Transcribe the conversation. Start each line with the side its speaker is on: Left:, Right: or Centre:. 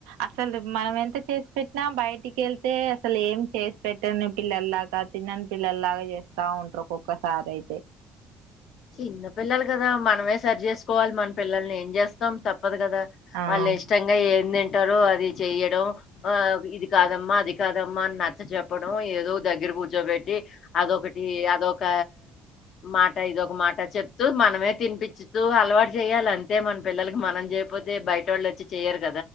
Right: అసలు మనం ఎంత చేసి పెట్టినా బయటికి వెళ్తే అసలు ఏం చేసి పెట్టంని పిల్లల్లాగా తిన్ననీ పిల్లల్లాగా చేస్తా ఉంటారు ఒక్కొక్కసారి అయితే
Left: చిన్న పిల్లలు కదా మనమే సరి చేసుకోవాలి మన పిల్లల్ని ఏం చేస్తాం తప్ప దు కదా
Right: ఆ
Left: వాళ్ళు ఇష్టంగా ఏం తి అంటారు అది చెయడం ఆ ఇది కాదమ్మా అది కాదమ్మా అని నచ్చ చెెప్పడం ఏదో దగ్గర కూర్చోబెట్టి అదొకటి అదొక మాట ఇదొ ఒక మాట చెప్తూ మనమే తినిపించుతూ అలవాటు చేయాలి అంతే మన పిల్లలకి మనం చేయపోతే బయట వాళ్ళ వచ్చి చేయరు కదా